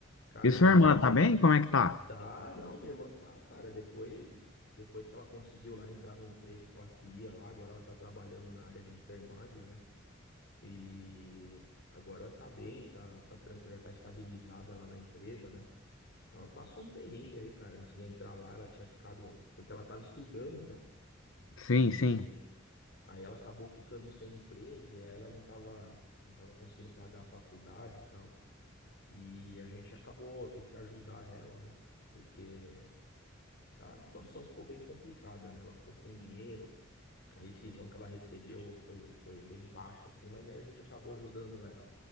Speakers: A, on the left (about 55°); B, on the left (about 85°).
A: Cara,
B: e sua
A: eu lembro.
B: irmã tá bem? Como é que tá?
A: Tá, não, minha irmã tá, cara. Depois, depois que ela conseguiu lá entrar no emprego que ela queria lá, agora ela tá trabalhando na área de enfermagem, né? E agora tá bem, tá, tá tranquila, já tá estabilizada lá na empresa, né? Ela passou um perrengue aí, cara, antes de entrar lá, ela tinha ficado, porque ela tava estudando, né?
B: Sim,
A: E
B: sim.
A: aí ela acabou ficando sem emprego e aí ela não tava, não tava conseguindo pagar a faculdade e tal. E a gente acabou tendo que ajudar ela, né? Porque tá? A situação ficou bem complicada, né? Ela ficou sem dinheiro, a rescisão que ela recebeu foi, foi bem baixa, assim, mas aí a gente acabou ajudando ela.